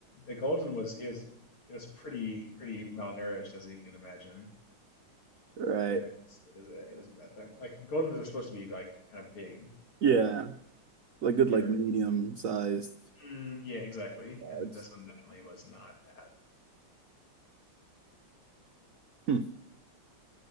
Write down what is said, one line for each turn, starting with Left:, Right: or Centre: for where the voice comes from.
Left: the golden was it was it was pretty pretty malnourished as you can imagine,
Right: Right.
Left: and it was it was a, it was a bad thing. Like goldens are supposed to be like kind of big
Right: Yeah.
Left: and like
Right: Like good
Left: they're
Right: like medium sized
Left: mm, yeah exactly,
Right: dogs.
Left: and this one definitely was not that.
Right: Hmm.